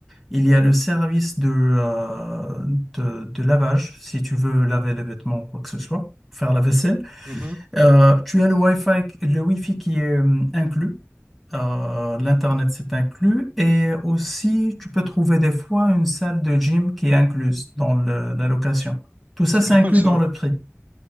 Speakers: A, in the centre; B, on the right.
A: Il y a le service de, euh, de, de lavage, si tu veux laver les vêtements ou quoi que ce soit, faire la vaisselle.
B: Mhm.
A: Euh, tu as le Wi-Fi, le Wi-Fi qui est euh, inclus. Euh, l'Internet, c'est inclus. Et aussi, tu peux trouver des fois une salle de gym qui est incluse dans le- la location. Tout ça,
B: C'est
A: c'est
B: pas
A: inclus
B: mal ça.
A: dans le prix.